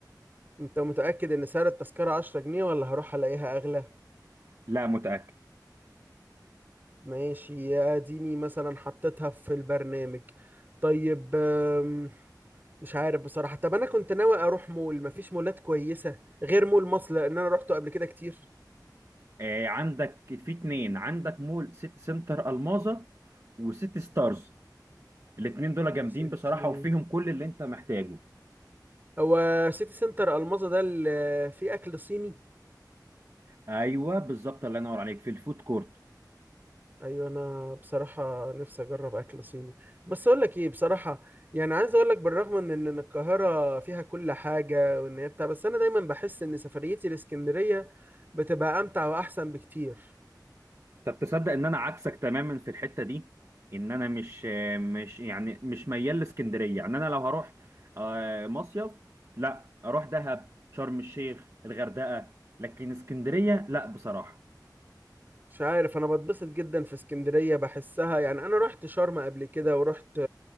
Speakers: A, on the right (about 25°); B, on the right (about 40°).
A: انت متأكد ان سعر التذكرة عشرة جنيه ولا هروح الاقيها اغلى
B: لا متأكد
A: ماشي يا اديني مثلا حطيتها في البرنامج طيب آم، مش عارف بصراحة طب انا كنت ناوي اروح مول مفيش مولات كويسة غير مول مصر لان انا روحته قبل كده كتير
B: آه عندك في اتنين عندك مول سيتي سنتر الماظة وسيتي ستارز الاتنين دول جامدين
A: سيتي
B: بصراحة وفيهم كل اللي انت محتاجه
A: هو سيتي سنتر الماظة ده اللي فيه اكل صيني
B: ايوه بالظبط الله ينور عليك في الفود كورت
A: ايوه انا بصراحه نفسي اجرب اكل صيني بس اقول لك ايه بصراحه يعني عايز اقول لك بالرغم من ان إن القاهره فيها كل حاجه وان هي بتاع بس انا دايما بحس ان سفريتي لاسكندريه بتبقى امتع واحسن بكتير
B: طب تصدق ان انا عكسك تماما في الحته دي ان انا مش مش يعني مش ميال لاسكندريه يعني انا لو هروح آه، مصيف لا اروح دهب شرم الشيخ الغردقه لكن اسكندريه لا بصراحه
A: مش عارف انا بتبسط جدا في اسكندريه بحسها يعني انا رحت شرم قبل كده ورحت